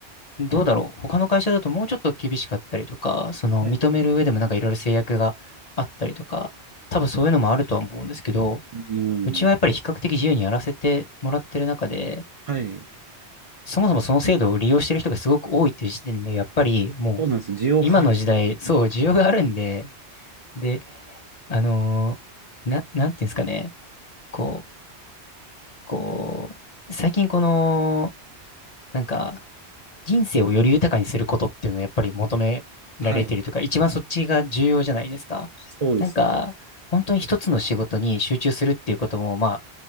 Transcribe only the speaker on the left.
どうだろう。他の会社だともうちょっと厳しかったりとか、その認める上でもなんかいろいろ制約があったりとか、
多分そういうのもあるとは思うんですけど、
うちはやっぱり比較的自由にやらせてもらってる中で、
そもそもその制度を利用してる人がすごく多いっていう時点で、やっぱりもう今の時代、
そう、需要があるんで、で、あのーな、なんていうんですかね、こう、こう、最近この、なんか、人生をより豊かにすることっていうのをやっぱり求められてるというか、
一番そっちが重要じゃないですか。
なんか、本当に一つの仕事に集中するっていうことも、まあ、